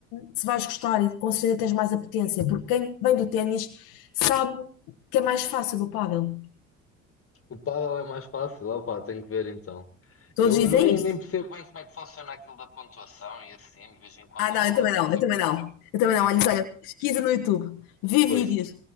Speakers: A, on the left (about 60°); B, on the left (about 35°).
A: se vais gostar e com certeza tens mais apetência, porque quem vem do ténis sabe que é mais fácil do pádel.
B: O pádel é mais fácil, opá, tenho que ver então.
A: Todos
B: Eu,
A: dizem
B: eu nem,
A: isso.
B: nem percebo bem como é que funciona aquilo da pontuação e assim, de vez em quando
A: Ah,
B: a
A: não,
B: bola
A: eu também
B: dá
A: não,
B: tipo,
A: eu também não. Eu também não.
B: epá,
A: Olha, olha, pesquisa no YouTube, vê
B: depois,
A: vídeos.